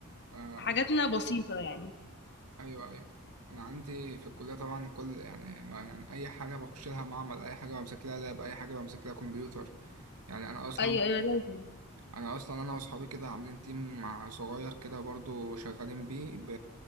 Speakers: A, on the right (about 85°); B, on the left (about 50°).
A: آه
B: حاجاتنا
A: أنا...
B: بسيطة يعني
A: ايوه ايوه انا عندي في الكلية طبعا كل يعني ما يعني اي حاجة بخش لها معمل اي حاجة بمسك لها لاب اي حاجة بمسك لها كمبيوتر يعني انا اصلا
B: ايوه ايوه لازم
A: انا اصلا انا واصحابي كده عاملين تيم مع صغير كده برضو شغالين بيه ب...